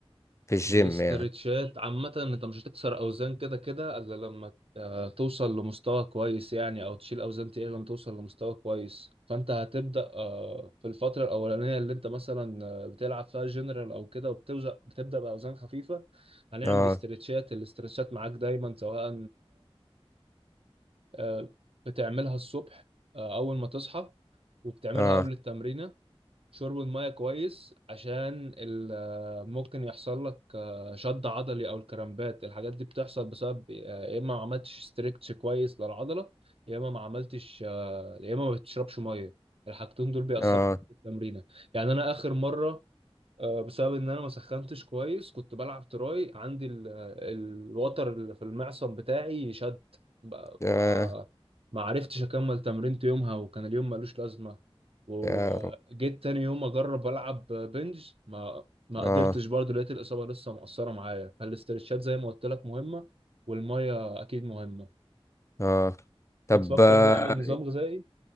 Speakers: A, on the left (about 30°); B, on the right (about 65°).
A: في الجيم
B: الاسترتشات
A: يعني
B: عامة انت مش هتكسر اوزان كده كده الا لما آه، توصل لمستوى كويس يعني او تشيل اوزان تقيلة لما توصل لمستوى كويس فانت هتبدأ آه، في الفترة الاولانية اللي انت مثلا آه، بتلعب فيها جنرال او كده وبتبدأ بتبدأ باوزان خفيفة هنعمل
A: اه
B: استرتشات الاسترتشات معاك دايما سواء آه، بتعملها الصبح آه، اول ما تصحى وبتعملها
A: اه
B: قبل التمرين شرب المية كويس عشان ال- آه، ممكن يحصل لك آه، شد عضلي أو الكرامبات الحاجات دي بتحصل بسبب آه، يا إما ما عملتش ستريتش كويس للعضلة يا إما ما عملتش آه، يا إما ما بتشربش مية الحاجتين دول بيأثروا
A: اه,
B: عليك في التمرينة يعني أنا آخر مرة آه، بسبب ان انا ما سخنتش كويس كنت بلعب تراي عندي ال- الوتر اللي في المعصم بتاعي شد بقى-
A: آه.
B: ف ما عرفتش اكمل تمرينت يومها وكان اليوم ملوش لازمه وجيت
A: يا رب
B: تاني يوم اجرب العب بنج ما ما
A: اه
B: قدرتش برضه لقيت الاصابه لسه مقصره معايا فالاسترتشات زي ما قلت لك مهمه والميه اكيد مهمه
A: اه طب
B: بتفكر
A: اه
B: تعمل نظام غذائي